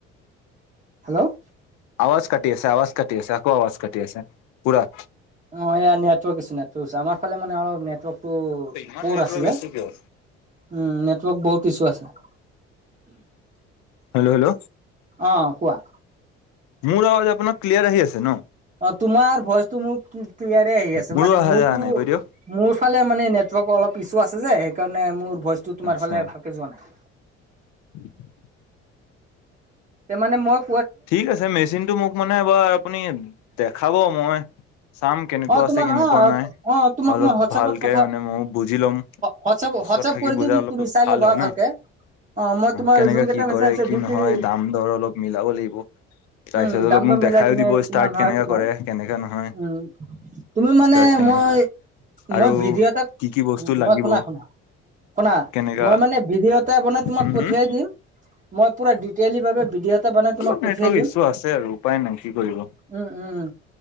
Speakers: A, on the right; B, on the left.
A: হেল্ল'?
B: আৱাজ কাটি আছে আৱাজ কাটি আছে আকৌ আৱাজ কাটি আছে পুৰা।
A: অ এয়া নেটৱৰ্ক ইছোঁ নেটৱৰ্ক আমাৰ ফালে মানে অলপ নেটৱৰ্ক টো
B: ইমান
A: প'ৰ
B: নেটৱৰ্ক
A: আছে যে,
B: ইছ্যু কিয়
A: উম নেটৱৰ্ক বহুত ইছ্যু আছে।
B: Hello hello.
A: অ কোৱা।
B: মোৰ আৱাজ আপোনাক ক্লিয়াৰ আহি আছে ন?
A: অ তোমাৰ ভইচটো মোৰ ক্লিয়াৰ আহি আছে
B: মোৰো
A: মানে
B: অহা
A: মোৰতো
B: যোৱা নাই কৈ দিয়ক
A: মোৰ ইফালে মানে নেটৱৰ্ক অলপ ইছু আছে যে সেইকাৰণে মোৰ ভইচটো তোমাৰফালে
B: আচ্ছা
A: ভালকে যোৱা নাই।
B: <inaudible>
A: তে মানে মোক
B: ঠিক আছে মেচিনটো মোক মানে এবাৰ আপুনি দেখাব, মই চাম কেনেকুৱা
A: অ তোমাক
B: আছে কেনেকুৱা
A: অ
B: নাই
A: অ তোমাক
B: অলপ
A: মই হোৱাটছআপত
B: ভালকে
A: পথোৱা
B: মানে ময়ো বুজি ল'ম
A: হোৱাটছআপত
B: ওচৰত
A: হোৱাটছআপ
B: থাকি
A: কৰি
B: বুজা
A: দিম
B: অলপ
A: তুমি চাই
B: ভাল
A: ল'বা
B: হয় ন
A: ভালকে। অ মই তোমাৰ
B: কেনেকা
A: যুনকেইটা
B: কি
A: মেচীন
B: কৰে
A: আছে
B: কি
A: দুইতিনি
B: নহয় দাম দৰ অলপ মিলাব লাগিব তাৰপিছত
A: উম দাম
B: অলপ মোক
A: দৰ মিলাই
B: দেখাইও
A: কিনে
B: দিব
A: কিমান
B: ষ্টাৰ্ট
A: হয়
B: কেনেকা
A: তোমাৰ
B: কৰে কেনেকা নহয়
A: উম। তুমি মানে
B: ষ্টাৰ্ট কেনে
A: মই
B: আৰু
A: মই ভিডিঅ' এটা
B: কি কি বস্তু
A: মই
B: লাগিব
A: শুনা শুনা শুনা
B: কেনেকা
A: মই মানে ভিডিঅ এটা বানাই তোমাক
B: উম
A: পঠিয়াই
B: হম
A: দিম, মই পুৰা দিতেলি বাবে ভিডিঅ' এটা বনাই তোমাক
B: অলপ
A: পঠিয়াই
B: নেটৱৰ্ক
A: দিম
B: ইছ্যু আছে আৰু উপায় নাই কি কৰিব
A: উম উম উ।